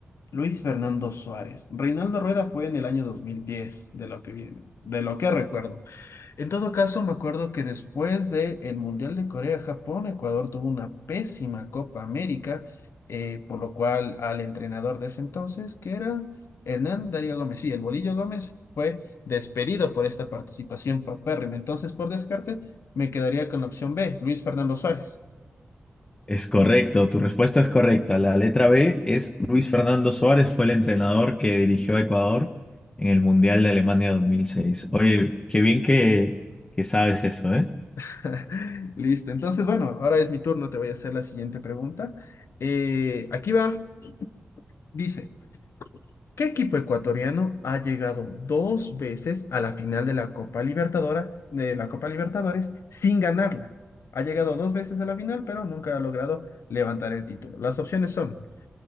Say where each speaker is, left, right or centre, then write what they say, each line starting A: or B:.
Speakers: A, on the left (about 90°); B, on the left (about 20°).
A: Luis Fernando Suárez. Reinaldo Rueda fue en el año dos mil diez de lo que, vi- de lo que recuerdo. En todo caso, me acuerdo que después del Mundial de Corea-Japón, Ecuador tuvo una pésima Copa América, eh, por lo cual al entrenador de ese entonces, que era Hernán Darío Gómez, sí, el Bolillo Gómez, fue despedido por esta participación papérrima. Entonces, por descarte, me quedaría con la opción B, Luis Fernando Suárez.
B: Es correcto, tu respuesta es correcta. La letra B es Luis Fernando Suárez, fue el entrenador que dirigió a Ecuador en el Mundial de Alemania 2006. Oye, qué bien que, que sabes eso, ¿eh?
A: <laughs> Listo, entonces, bueno, ahora es mi turno, te voy a hacer la siguiente pregunta. Eh, aquí va, dice. ¿Qué equipo ecuatoriano ha llegado dos veces a la final de la Copa Libertadores, de la Copa Libertadores sin ganarla? Ha llegado dos veces a la final, pero nunca ha logrado levantar el título. Las opciones son